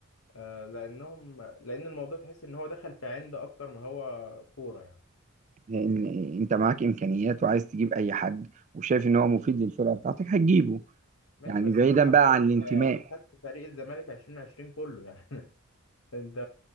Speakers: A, on the left; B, on the right.
A: آه، لأنهم لأن الموضوع تحس إن هو دخل في عند أكتر ما هو كورة يعني
B: إن انت معاك امكانيات وعايز تجيب اي حد وشايف ان هو مفيد للفرقه بتاعتك هتجيبه
A: ماشي
B: يعني
A: بس
B: بعيدا
A: مش حرفيا
B: بقى عن الانتماء
A: أنت أنت خدت فريق الزمالك 2020 كله يعني <laughs> أنت